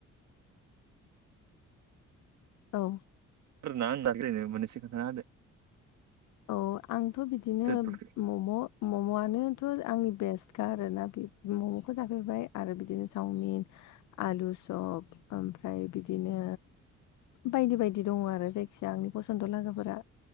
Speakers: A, on the left (about 75°); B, on the right (about 70°).
A: औ
B: फोरना आंदा गेलायनो मोनसे खोनथा होदो
A: औ आंथ' बिदिनो
B: स्ट्रिट फुडखौ
A: मम' मम'आनोथ' आंनि बेस्टखा आरोना बे मम'खौ जाफेरबाय आरो बिदिनो चावमिन आलु सप ओमफ्राय बिदिनो बायदि बायदि दङ आरो जायखिजाया आंनि फसथ' लागाफोरा